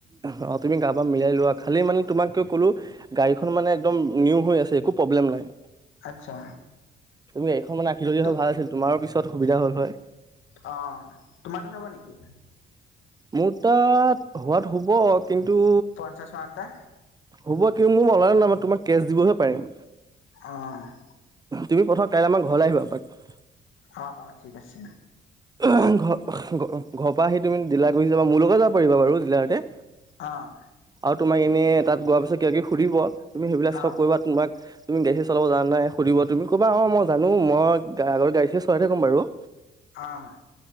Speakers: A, on the right; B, on the left.
A: অ তুমি কাৰাব পৰা মিলাই লোৱা খালি মানে তোমাক কিয় কলো গাড়ীখন মানে একদম নিউ হৈ আছে একো প্ৰব্লেম নাই
B: আচ্ছা
A: তুমি এইখন মান আখি জদি
B: ত
A: হ ভাল আছিল তোমাৰো পিছত সুবিধা হ'ল হয়।
B: অ' তোমাৰ তাত হ'ব নেকি?
A: মোৰ তাত হোৱাত হ'ব কিন্তু
B: পঞ্চাশ মান এটা
A: হ'ব কি মোৰ মনল নাই তোমাক কেছ দিবহে পাৰিম।
B: অ'।
A: তুমি প্ৰথম কাইলৈ আমাৰ ঘৰলৈ আহিবা এপাক।
B: অ', অ' ঠিক আছে।
A: ঘ ঘ ঘৰপ পৰা আহি তুমি জিলা গহি যাবা মোৰ লগত যাব পাৰিবা বাৰু জিলাতে।
B: অ'
A: আৰু তোমাক এনেই তাত গোৱাৰ পিছত কিব ক সুধিব তুমি সেইবিলাক চব
B: অ
A: কৰিবা তোমাক তুমি গা়ী চাব জান নাই সুধিব তুমি ক'বা অ' মই জানো মই আগৰ গাড়ী চে চলাই থাকম বাৰু।
B: অ'।